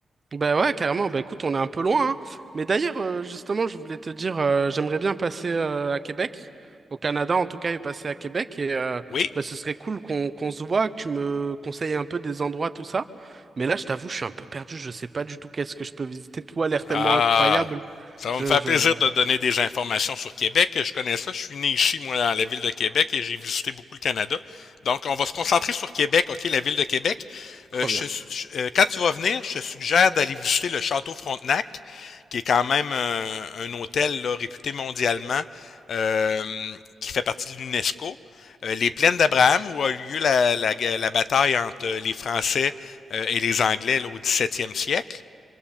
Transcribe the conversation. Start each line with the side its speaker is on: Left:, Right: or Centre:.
Right: Ben ouais, carrément. Ben écoute, on est un peu loin, hein. Mais d'ailleurs, euh, justement, je voulais te dire, euh, j'aimerais bien passer euh, à Québec, au Canada en tout cas, et passer à Québec. Et euh,
Left: Oui,
Right: ben, ce serait cool qu'on qu'on se voit, que tu me conseilles un peu des endroits, tout ça. Mais là, je t'avoue, je suis un peu perdu. Je sais pas du tout qu'est-ce que je peux visiter. Tout a l'air tellement
Left: Ah,
Right: incroyable.
Left: ça
Right: Je,
Left: va me faire
Right: je,
Left: plaisir de donner des informations sur Québec. Je connais ça. Je suis né ici, moi, dans la ville de Québec et j'ai visité beaucoup le Canada. Donc, on va se concentrer sur Québec, OK, la ville de Québec.
Right: trop
Left: Euh, je
Right: bien.
Left: te su- je- euh, quand tu vas venir, je te suggère d'aller visiter le Château Frontenac, qui est quand même un, un hôtel là, réputé mondialement, euh, qui fait partie de l'UNESCO. Euh, les plaines d'Abraham, où a eu lieu la, la- la bataille entre les Français euh, et les Anglais là, au 17e siècle.